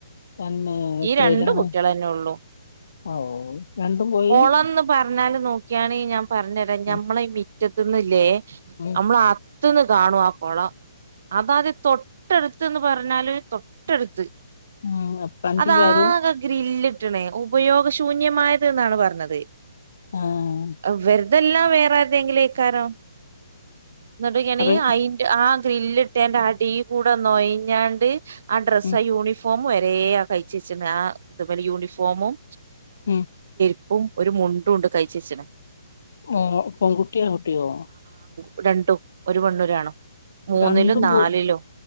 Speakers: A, on the left; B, on the right.
A: തന്നെ എത്രയിലാണ്
B: ഈ രണ്ടു കുട്ടികളന്നെ ഒള്ളു
A: ഓ രണ്ടും പോയി
B: ഓളന്ന് പറ റഞ്ഞാലും നോക്കിയാനേയ് ഞാ പറഞ്ഞരാ
A: ഉം
B: ഞമ്മളേ മീ റ്റത്തുന്നില്ലേ
A: ഉം
B: അമ്മളാ റ്റത്തുന്ന് കാണും ആ കൊള അതായത് തൊട്ടടുത്ത്ന്ന് പറഞ്ഞാല് തൊട്ടടുത്ത്
A: ഉം വണ്ടിയിലാരും
B: അതാകെ ഗ്രില്ല് ക്കണേ ഉപയോഗ ശൂ ന്യമായത്ന്നാണ് പറഞ്ഞത്
A: ആഹ്
B: <unintelligible> ഇതെല്ലാം വേറെ ഏതെങ്കിലും ഏക്കാരം എന്നിട്ട്ങ്ങനെ
A: അപ്പൊ
B: ഈ അയിന്റ് ആ ക്രില്ലിട്ടെന്റെ അടി കൂടി നോയിഞ്ഞാണ്ട് ആ ഡ്രസ
A: ഉം
B: യൂണിഫോം ഫോമ് വരെ ആ കഴിച്ച വെച്ചി ആ ഇതുപോലെ യൂണിഫോമും
A: ഉം
B: പ്പും ഒരു മുണ്ടും ഉണ്ട് കഴിച്ച് വെച്ചന്
A: മോ പെൺകുട്ടിയൊ ആങ്കുട്ടിയോ
B: ഉടണ്ടും ഒരു പെണ്ണുഒരാണും മൂന്നിലോ
A: രണ്ടും
B: നാലിലോ
A: പോ